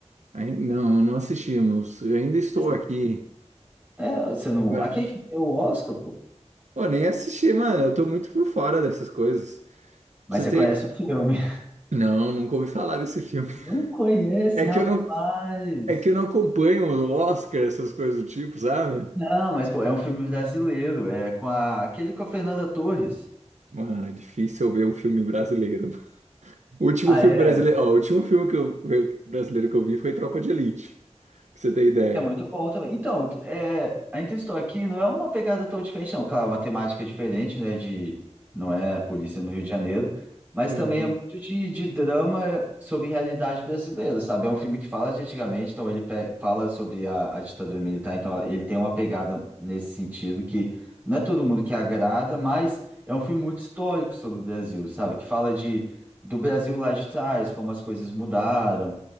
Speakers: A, on the right; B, on the right.
A: Aí, não, não assistimos. Eu ainda estou
B: Mas-
A: aqui.
B: É, você não.
A: Né?
B: Aqui que é o Oscar, pô.
A: Pô, nem assisti, mano. Eu tô muito por fora dessas coisas.
B: Mas
A: Pra você
B: você
A: ter...
B: conhece o filme. <laughs>
A: Não, nunca ouvi falar desse filme.
B: Não conhece,
A: É
B: rapaz.
A: que eu não, é que eu não acompanho o Oscar, essas coisas do tipo, sabe?
B: Não, mas pô, é um filme brasileiro, é com a... aquele com a Fernanda Torres.
A: Mano, é difícil eu ver um filme brasileiro. O último
B: Ah,
A: filme
B: é.
A: brasileiro, ó, o último filme que eu, brasileiro que eu vi foi Tropa de Elite, pra você ter ideia.
B: É muito bom também. Então, é, a Interstou aqui não é uma pegada tão diferente, não. Claro, é uma temática diferente, né? De, não é polícia no Rio de Janeiro, mas
A: Uhum.
B: também é muito de, de drama sobre realidade brasileira, sabe? É um filme que fala de antigamente, então ele pe- fala sobre a, a ditadura militar, então ele tem uma pegada nesse sentido que não é todo mundo que agrada, mas é um filme muito histórico sobre o Brasil, sabe? Que fala de, do Brasil lá de trás, como as coisas mudaram